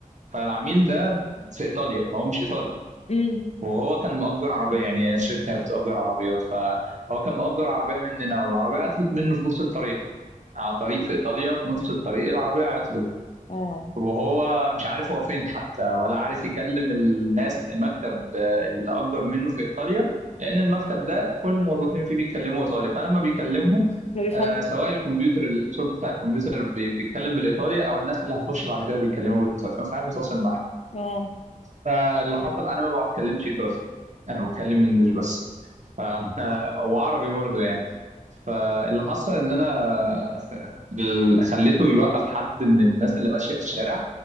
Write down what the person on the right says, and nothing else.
فالعميل ده في ايطاليا هو مش ايطالي
وهو كان مأجر عربية يعني الشركة بتأجر عربيات فهو كان مأجر عربية مننا والعربية عطلت منه في نص الطريق على طريق في ايطاليا في نص الطريق العربية عطلت
وهو مش عارف هو فين حتى ولا عارف يكلم الناس المكتب اللي أجر منه في ايطاليا لأن المكتب ده كل الموظفين فيه بيتكلموا ايطالي فلما بيكلمهم
آه سواء الكمبيوتر الصوت بتاع الكمبيوتر بي- بيتكلم بالايطالي او الناس اللي هتخش بعد كده بيتكلموا بالايطالي فمش عارف يتواصل معاه
فاللي حصل انا ما بتكلمش ايطالي انا بتكلم انجلش بس ف <laughs> وعربي برضو يعني فاللي حصل ان انا ال- خليته يوقف حد من الناس اللي ماشيه في الشارع